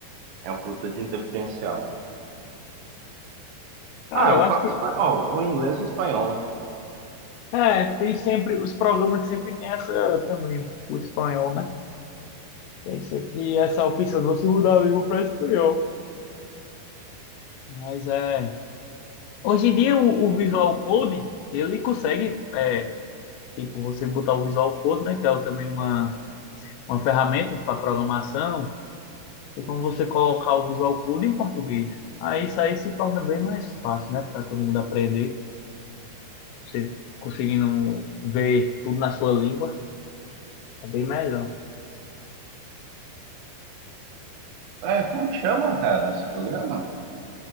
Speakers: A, on the right; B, on the left.
A: É um produto de diferencial, cara.
B: Cara,
A: Ah,
B: eu
A: o
B: acho
A: próprio
B: que
A: espanhol, ou inglês ou espanhol, né?
B: É, tem sempre, os programas sempre tem essa também, o espanhol, né? Tem sempre essa opção de você mudar a língua para espanhol. Mas é. Hoje em dia o, o Visual Code, ele consegue, é, tipo, você botar o Visual Code, né? Que é também uma, uma ferramenta para programação, e como você colocar o Visual Code em português. Aí isso aí se torna bem mais fácil, né? Para todo mundo aprender. Você conseguindo ver tudo na sua língua, é bem melhor.
A: É, como que chama, cara, esse programa?